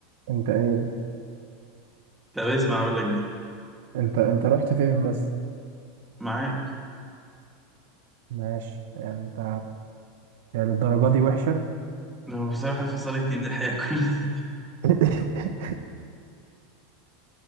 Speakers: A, on the right; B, in the centre.
A: أنت إيه؟
B: طب اسمع اقول لك دي
A: أنت أنت رحت فين بس؟
B: معاك
A: ماشي يعني أنت يعني الدرجة دي وحشة؟
B: هو بصراحة فصلتني من الحياة كلها
A: <laughs>